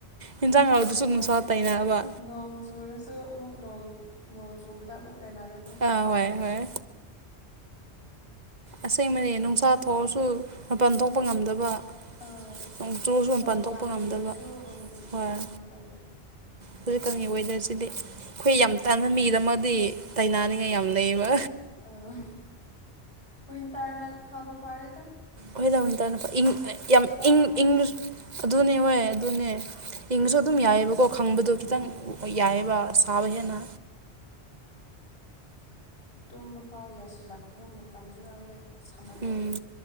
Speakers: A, on the right; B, on the left.
A: ꯍꯦꯟꯖꯥꯡ ꯍꯥꯎꯇ꯭ꯔꯥꯁꯨ
B: ꯅꯣꯡ
A: ꯅꯨꯡꯁꯥꯗ ꯇꯥꯏꯅꯕ
B: ꯅꯣꯡ ꯆꯨꯔꯁꯨ ꯑꯃꯨꯛ ꯅꯣꯡ ꯅꯣꯡ ꯆꯨꯕꯗ ꯑꯃꯨꯛ ꯇꯥꯏꯅꯒꯅꯤ
A: ꯑꯥ ꯍꯣꯏ ꯍꯣꯏ ꯑꯁꯦꯡꯕꯅꯦ ꯅꯨꯡꯁꯥ ꯊꯣꯛꯔꯁꯨ ꯃꯄꯥꯟ ꯊꯣꯛꯄ ꯉꯝꯗꯕ
B: ꯑꯥ
A: ꯅꯣꯡ ꯆꯨꯔꯁꯨ ꯃꯄꯥꯟ
B: ꯅꯣꯡ
A: ꯊꯣꯛꯄ
B: ꯌꯥꯝ
A: ꯉꯝꯗꯕ
B: ꯆꯨꯔꯁꯨ ꯎꯝ
A: ꯍꯣꯏ
B: ꯑꯗꯨꯃꯥꯏꯅ ꯇꯧꯋꯦ
A: ꯍꯧꯖꯤꯛꯀꯥꯟꯒꯤ ꯋꯦꯗ꯭ꯔꯁꯤꯗꯤ ꯑꯩꯈꯣꯏ ꯌꯥꯝ ꯇꯟꯃ ꯃꯤꯒꯤꯗꯃꯛꯗꯤ ꯇꯥꯏꯅꯅꯤꯡꯉꯥꯏ ꯌꯥꯝ ꯂꯩꯌꯦꯕ
B: ꯑꯥ ꯋꯤꯟꯇ꯭ꯔꯅ ꯐꯕꯨ ꯐꯔꯦꯗ
A: ꯍꯣꯏꯗ ꯋꯤꯟꯇ꯭ꯔꯅ ꯐ ꯏꯪ ꯌꯥꯝ ꯏꯪ
B: ꯉꯥꯛꯇꯅꯦ
A: ꯏꯪꯂꯁꯨ ꯑꯗꯨꯅꯦ ꯍꯣꯏ ꯑꯗꯨꯅꯦ ꯏꯡꯉꯁꯨ ꯑꯗꯨꯝ ꯌꯥꯏꯑꯕꯀꯣ ꯈꯪꯕꯗꯣ
B: ꯎꯝ
A: ꯈꯤꯇꯪ ꯌꯥꯏꯑꯕ ꯑꯁ ꯄꯥꯕ ꯍꯦꯟꯅ
B: ꯇꯨꯝꯕ ꯐꯥꯎ ꯌꯥꯁꯤꯜꯂꯛꯇꯕ ꯃꯇꯝꯁꯨ ꯌꯥꯎꯋꯦ ꯁꯥꯃꯜꯂꯗꯤ
A: ꯎꯝ